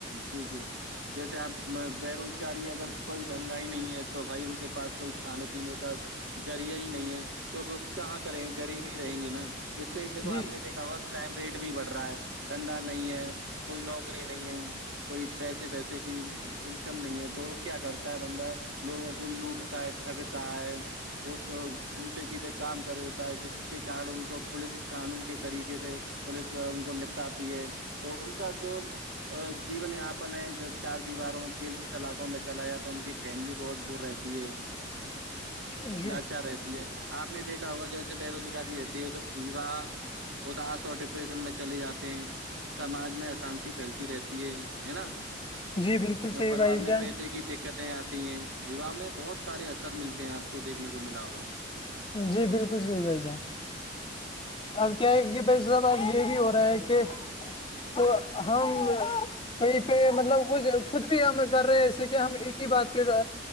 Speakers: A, on the right (about 70°); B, on the left (about 25°).
A: جی جی جیسے آپ بے روزگاری اگر کوئی دھندا ہی نہیں ہے تو بھائی ان کے پاس کوئی کھانے پینے کا ذریہ ہی نہیں ہے تو کہاں کریں گے غریب ہی رہیں گے نا اس سے دیکو
B: جی
A: آپ نے دیکھا ہوا کرائم ریٹ بھی بڑھ رہا ہے دھندا نہیں ہے کوئی نوکری نہیں ہے کوئی پیسے ویسے کی انکم نہیں ہے تو کیا کرتا ہے بندہ لوگوں کو لوٹتا ہے تھگتا ہے وہ الٹے سیدھے کام کر دیتا ہے جس کے کارن ان کو پوولس کانون کے طریقے سے پولیس ان کو نپٹاتی ہے تو ان کا جو جین یاپن ہے چار دیواروں جیل کی سلاخوں میں چلا جاتا ہے ان کی فیملی بہت دور رہتی ہے
B: <inaudible> <inaudible> جی
A: لاچار رہتی ہے آپ نے دیکھا ہوگا جیسے بے روزگاری رہتی ہے تو یوا اداس اور ڈپریشن میں چلے جاتے ہیں سماج میں ااسانتی پھیلتی رہتی ہے ہے نا
B: جی بالکل صحیح
A: پروار
B: بھائی جان
A: میں پیسے کی دیک دقتیں آتی ہیں وواہ میں بہت سارے اثر ملتے ہیں آپ کو دیکھنے کو ملا ہوگا
B: جی بالکل صحیح بھائی جان اب کیا ہے کہ بھائی صاحب اب یہ بھی ہو رہا ہے کہ تو ہم <unintelligible> کہیں پہ مطلب کچھ خود بھی ہم کر رہے جسے کہ ہم ایک ہی بات پہ